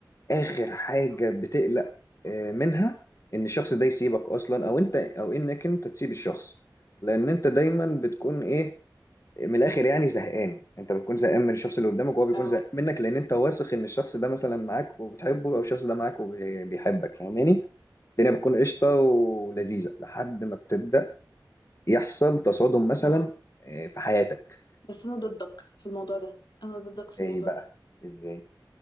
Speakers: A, on the left (about 40°); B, on the left (about 70°).
A: آخر حاجة بتقلق آه، منها إن الشخص ده يسيبك أصلا أو أنت أو إنك أنت تسيب الشخص لأن أنت دايما بتكون إيه من الآخر يعني زهقان أنت بتكون زهقان من الشخص اللي قدامك وهو بيكون
B: اه
A: زهقان منك لأن أنت واثق إن الشخص ده مثلا معاك وبتحبه أو الشخص ده معاك وبيحبك فاهماني الدنيا بتكون قشطة ولذيذة لحد ما بتبدأ يحصل تصادم مثلا
B: اه
A: آه، في حياتك
B: بس انا ضدك في الموضوع ده انا ضدك في
A: ايه
B: الموضوع
A: بقى
B: ده
A: ازاي